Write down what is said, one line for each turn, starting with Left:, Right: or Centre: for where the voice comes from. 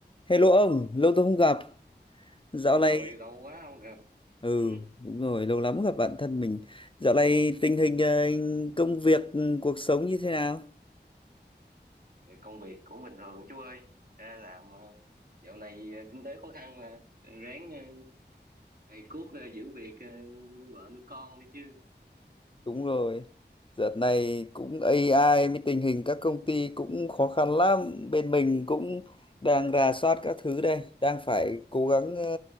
Left: Hello ông, lâu tôi không gặp. Dạo
Right: Ôi
Left: này,
Right: lâu quá không gặp.
Left: ừ,
Right: Ừ,
Left: đúng rồi, lâu lắm gặp bạn thân mình. Dạo này tình hình ờ, công việc, cuộc sống như thế nào?
Right: công việc cũng bình thường chú ơi. Ra làm ờ, dạo này ờ, kinh tế khó khăn mà ráng ờ, cày cuốc ờ, giữ việc ờ, nuôi vợ nuôi con đi chứ.
Left: Đúng rồi. Dạo này cũng AI mới tình hình các công ty cũng khó khăn lắm. Bên mình cũng đang rà soát các thứ đây, đang phải cố gắng ờ,